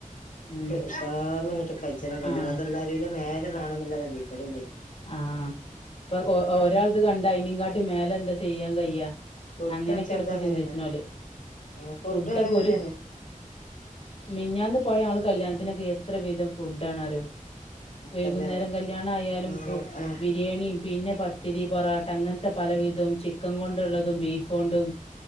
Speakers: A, on the left; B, on the left.
A: ഉം
B: ഉസാറ്ല് ങ്ങട്ട് കഴ്ച്ചെണം കല്യാണം
A: ആഹ്
B: അതെല്ലാരീലും മേലെ വേണംന്ന്ല്ല നെലിം ഓളെന്തേയ്
A: ആഹ് ഇപ്പൊ ഒ ഒരാൾത് കണ്ടായിനികാട്ടി മേലെ എന്താ ചെയ്യാൻ കയ്യാ.
B: ഫുഡ്ഡാണ്ച്ചാ
A: അങ്ങനെയൊക്കെയാണ്
B: അതും
A: ഇപ്പൊ
B: അങ്ങനേണ്
A: ചിന്തിച്ച്ണോല്
B: ആഹ് ഫുഡ്ഡും
A: ഫുഡൊക്കെ
B: അങ്ങൻ തന്നേണ്
A: ഒരു ദി മിഞ്ഞാന്ന് പോയ ആള് കല്യാ ഇതിനൊക്കെ എത്ര വീതം ഫുഡ് ഡാണറിയോ വൈകുന്നേരം
B: തന്നെ
A: കല്യാണ ആയാലും
B: ആഹ് ആഹ്
A: ബിരിയാണീം പിന്നെ പത്തിരി പൊറോട്ട അങ്ങനെ ത്ത പലവിധം ചിക്കൻ കൊണ്ടുള്ളതും ബീഫോണ്ടും